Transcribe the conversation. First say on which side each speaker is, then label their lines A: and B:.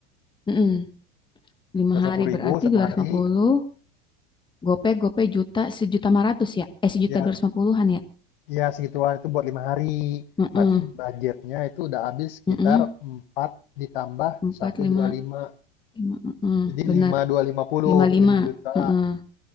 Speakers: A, on the left (about 15°); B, on the left (about 70°).
A: Mm-mm. Lima
B: dua ratus lima
A: hari
B: puluh ribu
A: berarti
B: satu
A: dua
B: hari.
A: ratus lima puluh. gope gope juta sejuta lima ratus ya, eh sejuta
B: Ya,
A: dua ratus lima puluhan ya.
B: ya segituan itu buat lima hari.
A: Heeh.
B: Berarti budgetnya itu udah habis sekitar
A: Mm-mm.
B: 4 ditambah
A: Empat,
B: seratus
A: lima,
B: dua puluh lima,
A: lima, mm-mm.
B: Jadi lima
A: Bener,
B: lima dua lima puluh
A: lima, lima,
B: lima juta,
A: mm-mm.